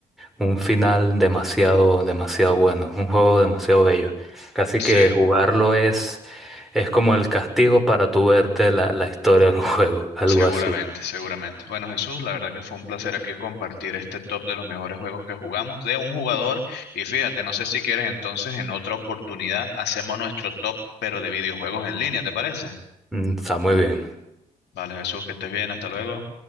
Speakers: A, in the centre; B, on the left.
A: un final demasiado, demasiado bueno, un juego demasiado bello. Casi
B: Sí,
A: que jugarlo es, es como el castigo para tú verte la, la historia del <laughs> juego, algo
B: seguramente,
A: así.
B: seguramente. Bueno, Jesús, la verdad que fue un placer aquí compartir este top de los mejores juegos que jugamos de un jugador. Y fíjate, no sé si quieres entonces en otra oportunidad hacemos nuestro top, pero de videojuegos en línea, ¿te parece?
A: Mm, Está muy bien.
B: Vale, Jesús, que estés bien, hasta luego.